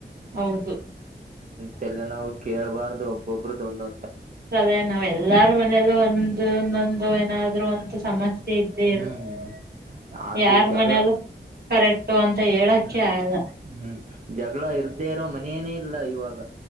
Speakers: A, on the right; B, on the right.
A: ಹೌದು
B: ತಲೆ ನಾವು ಕೇಳ್ಬಾರ್ದು ಒಬ್ಬೊಬದ್ದು ಒಂದೊ
A: ಸದೇ ನಾವ ಎಲ್ಲಾರೂ ಮನೆಯಲ್ಲ ಒಂದು ಒಂದೊಂದು ಏನಾದ್ರು ಒಂದು ಸಮಸ್ಯೆ ಇದ್ದೇ
B: ಹ್ಮ್
A: ಇರುತ್ತೆ
B: ಅದು
A: ಯಾರ
B: ಜಗಳ
A: ಮನೆಯಲ್ಲ ಕರೆಕ್ ಬಿಟ್ಟು ಅಂತ ಹೇಳಕ್ಕೆ
B: ಹ್ಮ್
A: ಆಗಲ್ಲ
B: ಹ್ಮ್ ಜಗಳ ಇರ್ದೇ ಇರೋ ಮನನೇ ಇಲ್ಲ ಇವಾಗ